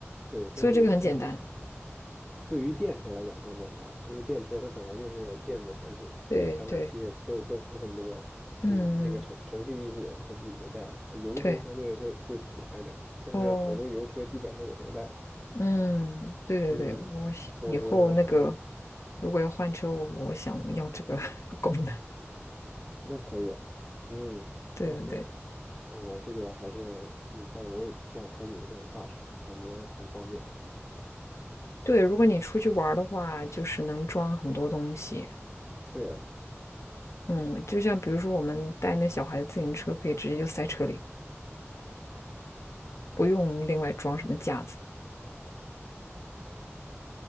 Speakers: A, in the centre; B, on the left.
A: 对，现在油车基本。
B: 所以这个很简单。
A: 对于电车来讲更简单，因为电车它本来就是电子产品，这些传感器也都都很多，
B: 对对，嗯嗯，
A: 就那个程程序一写，它自己就带了。油车相对会会复杂一点，
B: 对
A: 但是好多油车基本上也都带，
B: 哦。嗯，对对对，
A: 嗯，
B: 我是以后那个
A: 或者说那种辅助，
B: 如果要换车，我我想要这个 <laughs> 功能。
A: 那可以啊，嗯，
B: 对对对
A: 那那我这个还是，嗯，但是我也挺想开你们那种大车，感觉很方便。
B: 对，如果你出去玩儿的话，就是能装很多东西。
A: 对啊，
B: 嗯，就像比如说我们带那小孩的自行车，可以直接就塞车里，不用另外装什么架子。